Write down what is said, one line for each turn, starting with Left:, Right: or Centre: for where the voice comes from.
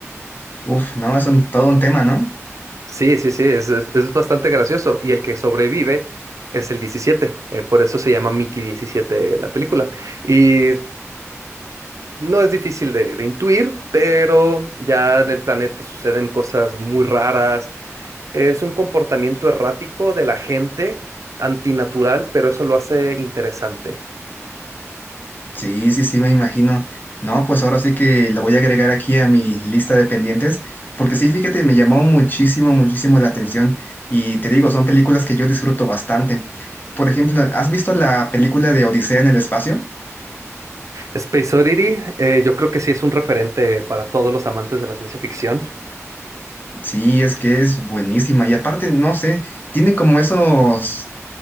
Left: Uf, no, es un, todo un tema, ¿no?
Right: Sí, sí, sí, es, es- es bastante gracioso y el que sobrevive es el 17 eh, por eso se llama Mickey diecisiete la película. Y no es difícil de de intuir, pero ya en el planeta suceden cosas muy raras Es un comportamiento errático de la gente, antinatural, pero eso lo hace interesante.
Left: Sí, sí, sí, me imagino. No, pues ahora sí que lo voy a agregar aquí a mi lista de pendientes, porque sí, fíjate, me llamó muchísimo, muchísimo la atención y te digo, son películas que yo disfruto bastante. Por ejemplo, ¿has visto la película de Odisea en el espacio?
Right: Space Oddity, eh, yo creo que sí es un referente para todos los amantes de la ciencia ficción.
Left: Sí, es que es buenísima y aparte, no sé, tiene como esos